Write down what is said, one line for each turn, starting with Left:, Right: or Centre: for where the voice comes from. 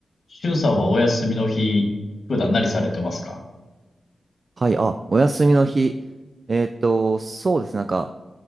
Left: しゅんさんはお休みの日、普段何されてますか
Right: はい、あ、お休みの日。えっと、そうですね。なんか、